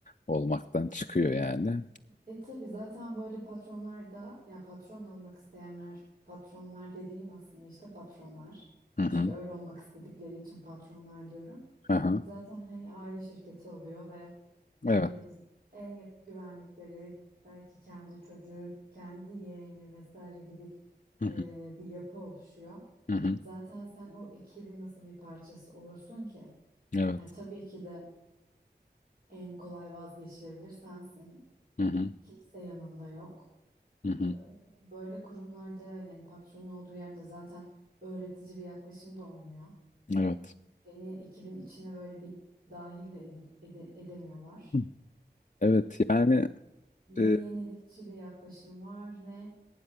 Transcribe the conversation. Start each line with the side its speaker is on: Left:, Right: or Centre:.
Left: olmaktan çıkıyor yani.
Right: E tabii zaten böyle patronlar da ya patron olmak isteyenler patronlar dediğim aslında işte patronlar.
Left: Hı hı.
Right: Çünkü öyle olmak istedikleri için patronlar diyorum.
Left: Aha.
Right: Zaten hani aile şirketi oluyor ve
Left: Evet.
Right: e, en yak- güvendikleri belki kendi çocuğu, kendi yeğeni vesaire gibi
Left: Hı hı.
Right: e, bir yapı oluşuyor.
Left: Hı hı.
Right: Zaten sen o ekibin nasıl bir parçası olursun ki?
Left: Evet.
Right: Ya tabii ki de en kolay vazgeçilebilir sensin.
Left: Hı hı.
Right: Kimse yanında yok.
Left: Hı hı.
Right: Ee, Böyle kurumlarda yani patronun olduğu yerde zaten öğretici bir yaklaşım da olmuyor.
Left: Evet.
Right: Seni ekibin içine böyle bir dahil de edil- ede- edemiyorlar.
Left: Hı. Evet yani
Right: Ne
Left: e,
Right: yenilikçi bir yaklaşım var ne